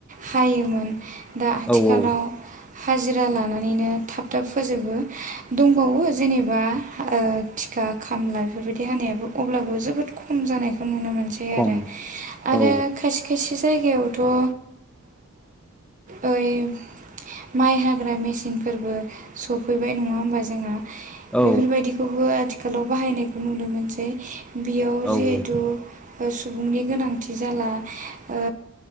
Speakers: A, on the right; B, in the centre.
A: हायोमोन। दा आथिखालाव
B: औ औ
A: हाजिरा लानानैनो थाब थाब फोजोबो दंबावो जेनेबा ओ थिखा खामला बेफोरबायदि हानायाबो अब्लाबो जोबोद खम जानायखौ नुनो मोनसै।
B: खम
A: आरो
B: औ
A: खायसे खायसे जायगायावथ' ओ ओइम माइ हाग्रा मेसिनफोरबो सफैबाय नङा होमबा जोंहा? बेफोरबायदिखौबो
B: औ
A: आथिखालाव बाहायनायखौ नुनो मोनसै बियाव जिहेथु
B: औ
A: ओ सुबुंनि गोनांथि जाला ओ